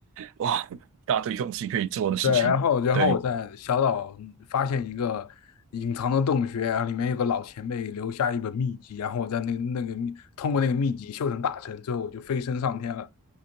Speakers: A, on the right; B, on the left.
A: 哇，一大堆东西可以做的事情，
B: 对，然后然后我在小岛发现一个隐藏的洞穴，
A: 对，
B: 然后里面有个老前辈留下一本秘籍，然后我在那那个秘通过那个秘籍修成大成，最后我就飞升上天了。